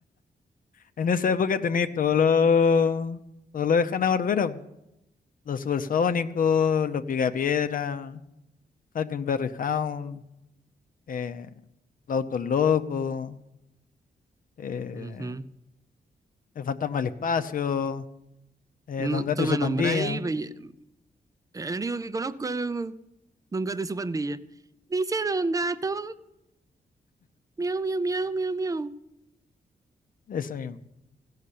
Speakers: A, on the left; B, on the right.
A: En esa época tenéis todo lo, todo lo de Hanna-Barbera. po. Los Supersónicos, los Picapiedra, Huckleberry Hound, eh, los Autos Locos, eh,
B: Ujú.
A: El Fantasma del Espacio, eh,
B: No,
A: Don Gato
B: tú
A: y su
B: me
A: Pandilla.
B: nombráis, pero el único que conozco es Don Gato y su pandilla. Dice Don Gato, miau, miau, miau, miau, miau.
A: Eso mismo.